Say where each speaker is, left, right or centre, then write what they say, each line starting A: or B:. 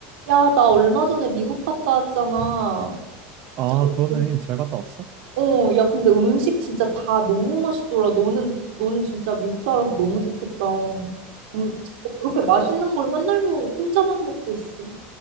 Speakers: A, on the right (about 80°); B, on the right (about 45°).
A: 야, 나 얼마 전에 미국 갔다 왔잖아.
B: 아,
A: 진짜,
B: 그러네.
A: 어,
B: 잘 갔다 왔어?
A: 어, 어, 야, 근데 음식 진짜 다 너무 맛있더라. 너는, 너는 진짜 미국 살아서 너무 좋겠다. 음, 진짜 그렇게 맛있는 걸 맨날 먹, 혼자만 먹고 있어.